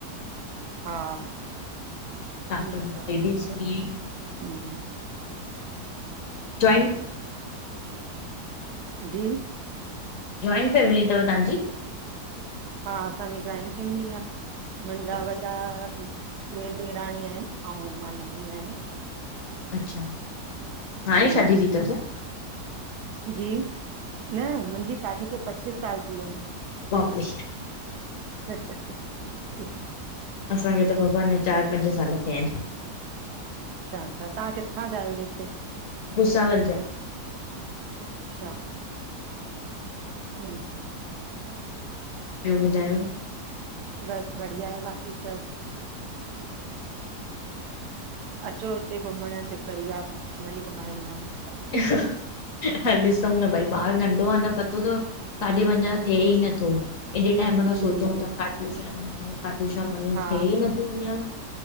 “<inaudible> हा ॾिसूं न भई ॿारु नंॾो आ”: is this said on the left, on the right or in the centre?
Left